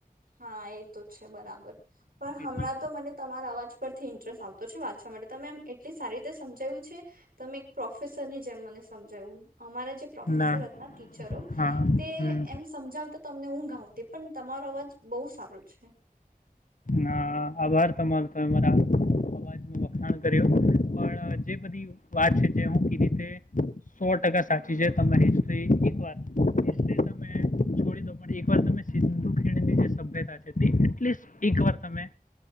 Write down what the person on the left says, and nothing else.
એટલે
ના
હા
હમ
હા આભાર તમારો તો મારા અવાજ નો વખાણ કર્યું. પણ જે બધી વાત છે જે હું કીધી તે સો ટકા સાચી છે તમે હિસ્ટ્રી એકવાર હિસ્ટ્રી તમે છોડી દો પણ એકવાર તમે સિંધુ ખીણીની જે સભ્યતા છે તે એટલીસ્ટ એકવાર તમે